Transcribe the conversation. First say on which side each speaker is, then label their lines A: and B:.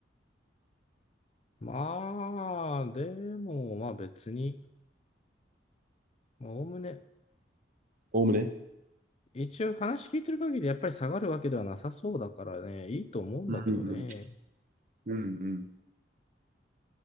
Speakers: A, on the left; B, on the right.
A: まあ、でもまあ別に、まあおおむね、
B: おおむね。
A: 一応話聞いてる限りやっぱり下がるわけではなさそうだからね、いいと思うんだけどね。
B: うんうんうんうんうん